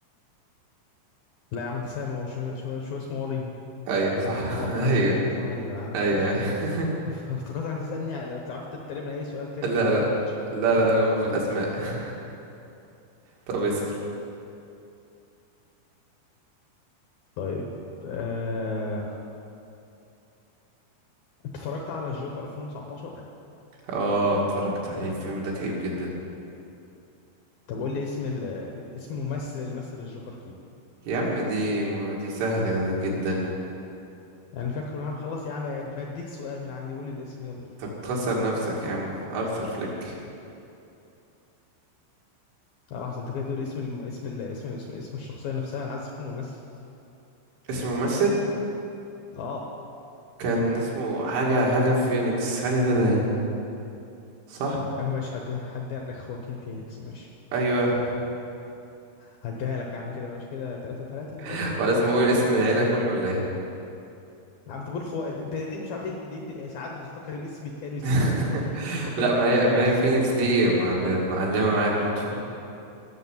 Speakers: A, on the left; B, on the right.
A: لا يا عم ده سهل ما هو شو شو شو اسمه ولي
B: ايوه
A: ولا
B: صح
A: أنا غلطان
B: <laughs>
A: ولا
B: ايوه
A: ايه صحيح يا عم
B: ايوه
A: ماشي.
B: ايوه <laughs>
A: اف- افتكرتك هتسألني على- لو تعرف تقريبا اي سؤال تاني
B: لا
A: في الغالب
B: لا
A: ما كنتش هفتكر
B: لا لا هو في الأسماء <laughs> طب اسأل
A: طيب آه، اتفرجت على الجوكر 2019
B: اه اتفرجت عليه الفيلم ده كئيب جدا
A: طب قول لي اسم ال... اسم الممثل اللي مثل الجوكر فيه
B: يا عم دي دي سهلة جدا
A: يعني فاكره يا عم خلاص يا عم بديك سؤال من عندي قول لي الاسم يلا
B: طب تخسر نفسك يا عم أرثر فليك
A: آه، لحظه انت كده تقول اسم الم... اسم ال... اسم اسم اسم الشخصيه نفسها انا عايز اسم الممثل
B: اسمه ممثل
A: اه
B: كان اسمه حاجة حاجة فينيكس حاجة كده يعني صح
A: اما مش هد- هديها لك خواكين فينيكس ماشي
B: أيوه
A: هديها لك يا عم كده ماشي كده 3 3 ولا
B: <laughs>
A: ايه
B: ولازم
A: مش فاكر
B: أقول اسم العيلة كله ولا إيه
A: يا عم تقول خو انت ليه مش عارف ليه, ليه بت... يعني ساعات بتفتكر الاسم التاني وتسيب
B: <laughs>
A: الاولاني تفتكر
B: لا
A: الاولاني
B: ما هي ما
A: وتسيب
B: هي فينيكس
A: التاني
B: دي ما- ب- معلمة معايا برضو